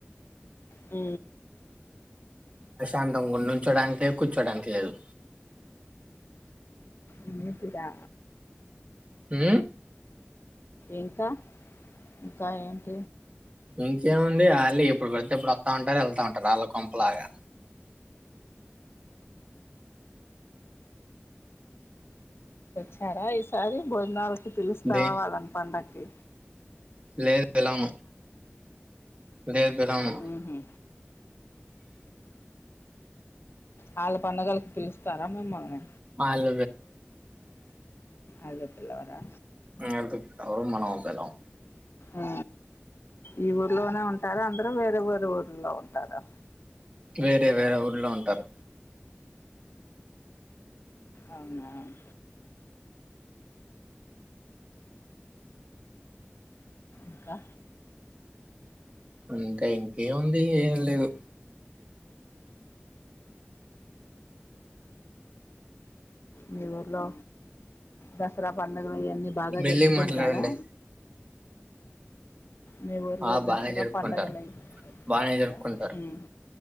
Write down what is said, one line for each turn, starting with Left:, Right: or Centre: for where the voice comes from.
Left: అ
Right: ప్రశాంతం నుంచోడానికిలే కూర్చోడానికి లేదు
Left: అదిరా
Right: హ
Left: ఇంకా ఇంకాంట
Right: ఇంకేముంది వాళ్ళ ఇప్పుడు పెడితే ఇప్పుడు వస్తా ఉంటారు వెళ్తా ఉంటారు వాళ్ళకొంపలాగా
Left: చారా ఈ సారి భోజనాలు పిలుస్తావా
Right: దే
Left: వాళ్ళని పంండగ ఓకే
Right: లేదు వెలామ లేదు పలాను
Left: ఉహు. వాళ్ళ పడుగలకు పిలుస్తారా మేమ్మని
Right: ఆ అల
Left: అలో పల్లవరా
Right: అది అర మనంపలం
Left: ఆ ఈ ఊర్లోనే ఉంటారు అందరుూ వేరే పల్లు ఊరులో ఉంటారు
Right: వేరే వేరే ఊళ్ళ ఉంటారు
Left: అవునా అవును ఇంకా
Right: అంటే ఇంకేముంది ఏం లేదు
Left: మీ ఊర్లో దసరా పండగలు అన్ని బాగా
Right: మెల్లిగా
Left: జరుపుకుంటారా
Right: మాట్లాడండి
Left: మీ ఊరుగా
Right: ఆ బానే
Left: దసరా
Right: జరుపుకుంటారు
Left: పడుగలంటారా
Right: బానే జరుపుకుంటారు
Left: హ